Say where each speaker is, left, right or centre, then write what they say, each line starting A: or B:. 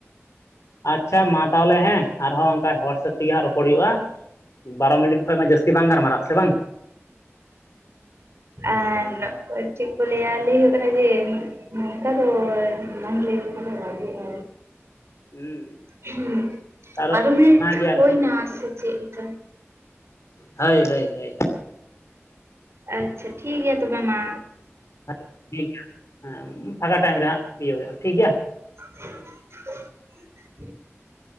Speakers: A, on the left; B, on the right.
A: ᱟᱪᱪᱷᱟ ᱢᱟ ᱛᱟᱦᱚᱞᱮ ᱦᱮᱸ ᱟᱨᱦᱚᱸ ᱚᱱᱠᱟ ᱚᱳᱣᱟᱴᱥᱮᱯ ᱛᱮᱜᱮ ᱦᱟᱸᱜ ᱨᱚᱯᱚᱲ ᱦᱩᱭᱩᱜ-ᱟ, ᱵᱟᱨᱚ ᱢᱤᱱᱤᱴ ᱠᱷᱚᱡ ᱢᱟ ᱡᱟᱹᱥᱛᱤ ᱼᱼ <unintelligible> ᱜᱟᱨᱢᱟᱨᱟᱜᱼᱟ ᱥᱮ ᱵᱟᱝ?
B: ᱟᱨ ᱪᱮᱫ ᱠᱚ ᱞᱟᱹᱭᱟ ᱞᱟᱹᱭ ᱦᱩᱭᱩᱜ ᱠᱟᱱᱟ ᱡᱮ ᱼᱼ ᱱᱚᱝᱠᱟ ᱫᱚ <unintelligible> ᱞᱟᱹᱭ ᱦᱩᱭᱩᱜ ᱠᱟᱱᱟ ᱵᱷᱟᱜᱤᱼᱟᱼᱼᱼ
A: ᱦᱩᱸ <unintelligible>
B: ᱦᱩᱸ
A: ᱟᱨ
B: ᱵᱟᱨᱚ ᱢᱤᱱᱤᱴ
A: ᱚᱱᱟᱜᱮ
B: ᱦᱩᱭᱱᱟ
A: ᱟᱨᱠᱤ
B: ᱥᱮ ᱪᱮ ᱞᱮᱠᱟ
A: ᱦᱳᱭ ᱼ ᱦᱳᱭ ᱼ ᱦᱳᱭ ᱼᱦᱳᱭ
B: ᱟᱪᱪᱷᱟ ᱴᱷᱤᱠ ᱜᱮᱭᱟ ᱛᱚᱵᱮ ᱢᱟ
A: ᱴᱷᱤᱠ ᱜᱮᱮᱭᱟ ᱦᱮᱸ ᱯᱷᱟᱸᱠᱟ ᱴᱟᱭᱤᱢ ᱨᱮ ᱨᱮᱦᱜᱸ ᱤᱭᱟᱹ ᱦᱩᱭᱩᱜᱼᱟ ᱴᱷᱤᱠ ᱜᱮᱮᱭᱟ᱾
B: <unintelligible>